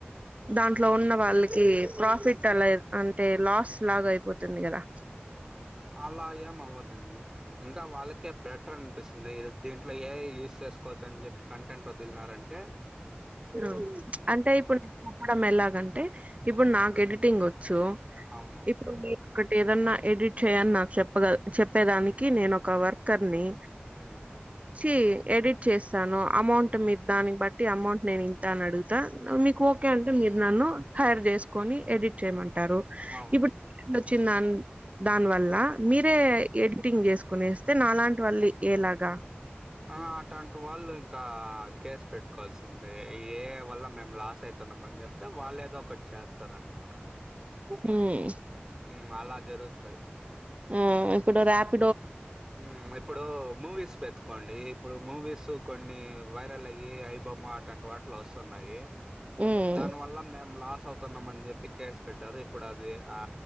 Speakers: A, on the right (about 35°); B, on the right (about 15°).
A: దాంట్లో ఉన్న వాళ్ళకి ప్రాఫిట్ అలా అంటే లాస్ లాగ అయిపోతుంది కదా
B: అలా ఏం అవద్దండి ఇంకా వాళ్ళకే బెటర్ అనిపిస్తుంది దీంట్లో ఏఐ యూస్ చేసుకోవచ్చ అని చెప్పి కంటెంట్ వదిలినారంటే
A: ఆ అంటే ఇప్పుడు నేను చెప్పడం ఎలాగంటే ఇప్పుడు నాకు ఎడిటింగ్ వచ్ చ్చు
B: అవును
A: ఇప్పుడు మీ ఒకటి ఏదన్నా ఎడిట్ చేయని నాకు చెప్పగ చెప్పేదానికి నేను ఒక వర్కర్ ని
B: అన్
A: వచ్చి ఎడిట్ చేస్తాను అమౌంట్ మీ దాన్ని బట్టి అమౌంట్ నేను ఇంత అని అడుగుతా మీకు ఓకే అంటే మీరు నన్ను హైర్ చేసుకుొని ఎడిట్ చేయమంట టారు
B: అవును
A: ఇప్పుడు వచ్చంది దా దాని వల్ల మీరే
B: ఉమ్.
A: ఎడిట్ టింగ్ చేసుకొనిస్తే నాలాంటి వాళ్ళు ఎలాగా
B: ఆ అట్టంటి వాళ్ళు ఇంకా కేసు పెట్టుకోవాల్సిందే ఏఐ వల్ల మేము లాస్ అయితున్నా ము అని చెప్తే వాళ్ళ ఏదో ఒకటి చేస్తారన్నమాట
A: మ్మ్
B: ఉ అలా జరుగుతాయి
A: ఉ ఇప్పుడు రాప్
B: ఉ ఇప్పుడు మూవీస్ పెట్కోండి ఇప్పుడు మూవీస్ కొన్ని వైరల్ అయ్యి అయిబొమ్మ అట్లాంటి వాటిల్లో వస్తున్నాయి
A: మ్మ్
B: దాని వల్ల మేము లాస్ అవుతున్నాం అని చెప్పి కేసు పెట్టారు ఇప్పుడు అది ఆ